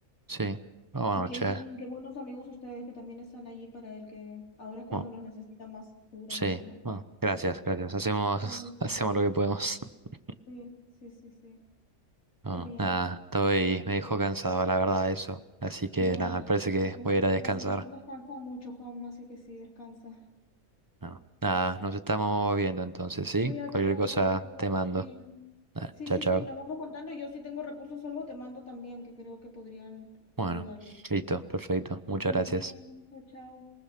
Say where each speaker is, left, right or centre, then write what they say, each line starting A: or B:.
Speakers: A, on the right; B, on the left.
A: sí. Pero bueno,
B: Y qué
A: che.
B: bien, qué buenos amigos ustedes que también están allí para él, que ahora es cuando
A: bueno.
B: los necesita más, seguramente,
A: Sí,
B: ¿no?
A: bueno, gracias, gracias. Hacemos,
B: Bonito.
A: <laughs> hacemos lo que podemos. <laughs>
B: Sí, sí, sí, sí.
A: No,
B: Qué bien.
A: nada, estoy, me dejó cansado, la verdad, eso. Así que
B: Ya,
A: nada, me parece que
B: las
A: voy a ir a descansar.
B: las emociones cansan mucho, Juanma, así que sí, descansa.
A: No, nada, nos estamos viendo entonces, ¿sí?
B: Cuídate
A: Cualquier
B: mucho,
A: cosa
B: que vaya
A: te mando.
B: muy bien.
A: Nada,
B: Sí,
A: chao,
B: sí,
A: chao.
B: sí, nos vamos contando. Yo si tengo recursos o algo, te mando también, que creo que podrían
A: Bueno,
B: ayudarle.
A: listo, perfecto. Muchas
B: Que esté muy
A: gracias.
B: bien. Chao, chao.